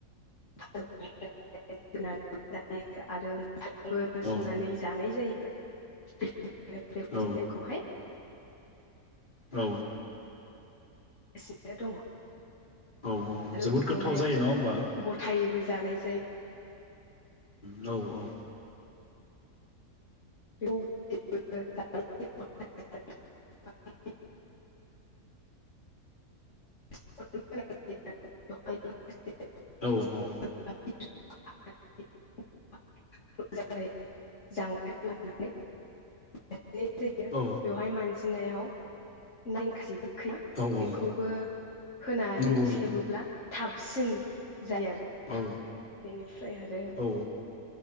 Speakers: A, on the left (about 55°); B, on the left (about 30°).
A: <unintelligible> <unintelligible> आरो <unintelligible> बो
B: औ
A: संनानै जानाय जायो। <unintelligible> बेबायदि
B: औ
A: नेमखौहाय
B: औ।
A: एसे दङ।
B: औ औ
A: आरो
B: जोबोद
A: बेखौहाय
B: गोथाव जायो नङा होमबा?
A: गथायैबो जानाय जायो।
B: होम औ औ।
A: <unintelligible> <unintelligible>
B: औ औ।
A: <unintelligible> मोजाङै <unintelligible> लानानै <unintelligible> जायो
B: औ
A: बेवहाय मानजिनायाव <unintelligible> <unintelligible> <unintelligible>
B: औ
A: बेखौबो
B: औ
A: होनानै
B: नंगौ
A: सेबोब्ला
B: नंगौ
A: थाबसिन जायो आरो
B: औ
A: बेनिफ्राय आरो
B: औ